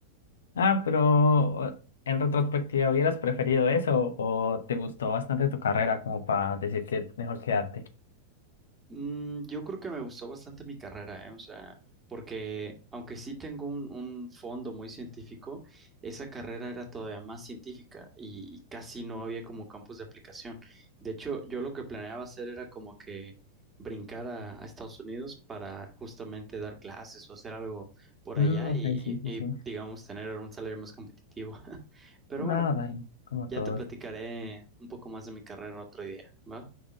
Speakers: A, on the left (about 65°); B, on the right (about 20°).
A: Ah, pero en retrospectiva, ¿hubieras preferido eso o te gustó bastante tu carrera como para decir que mejor quedarte?
B: Mm, yo creo que me gustó bastante mi carrera, ¿eh? O sea, porque aunque sí tengo un, un fondo muy científico, esa carrera era todavía más científica y, y casi no había como campos de aplicación. De hecho, yo lo que planeaba hacer era como que brincar a, a Estados Unidos para justamente dar clases o hacer algo por
A: Mm,
B: allá
A: ok,
B: y, y,
A: sí, sí, sí.
B: y, digamos, tener un salario más competitivo. <laughs> Pero
A: Nada,
B: bueno,
A: dale, como todos.
B: ya te platicaré un poco más de mi carrera otro día, ¿va?